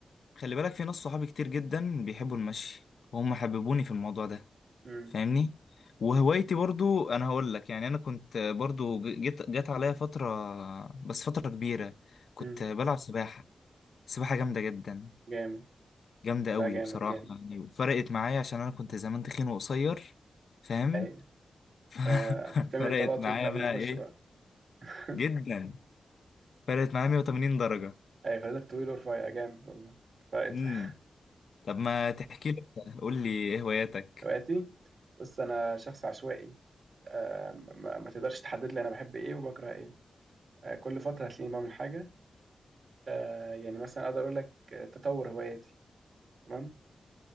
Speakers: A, on the left; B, on the right.
A: خلي بالك في ناس صحابي كتير جدا بيحبوا المشي وهم حببوني في الموضوع ده
B: مم.
A: فاهمني وهوايتي برضو انا هقول لك يعني انا كنت برضو ج- جت جت عليا فترة بس فترة كبيرة كنت
B: مم.
A: بلعب سباحة سباحة جامدة جدا
B: جامد
A: جامدة
B: لا
A: قوي
B: جامد
A: بصراحة
B: جامد
A: يعني وفرقت معايا عشان انا كنت زمان تخين وقصير فاهم
B: أي
A: <laughs>
B: فكنت بتعمل
A: فرقت
B: إطلالات
A: معايا
B: وأنت قبل
A: بقى
B: ما تخش
A: ايه
B: بقى <laughs>
A: جدا فرقت معايا 180 درجة
B: أي خدتك طويل ورفيع جامد والله فرقت
A: امم
B: <laughs>
A: طب ما تحكي لي قول لي ايه هواياتك
B: هواياتي بص أنا شخص عشوائي آه، ما ما تقدرش تحدد لي أنا بحب إيه وبكره إيه آه، كل فترة هتلاقيني بعمل حاجة آه يعني مثلا اقدر اقول لك آه، تطور هواياتي تمام